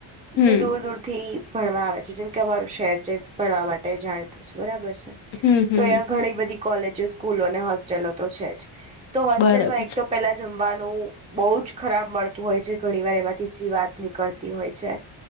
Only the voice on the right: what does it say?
જે દૂર-દૂરથી ભણવા આવે છે, જેમ કે અમારું શહેર જે ભણવા માટે જાણીતું છે બરાબર. <unintelligible>
તોં એ ઘણી બધી કોલેજો, સ્કૂલો અને હોસ્ટેલો તો છે જ. તો હોસ્ટેલમાં
એક
<unintelligible> જમવાનું બહુ જ ખરાબ મળતું હોય જે ઘણી વાર એમાંથી જીવાત નીકળતી હોય છે,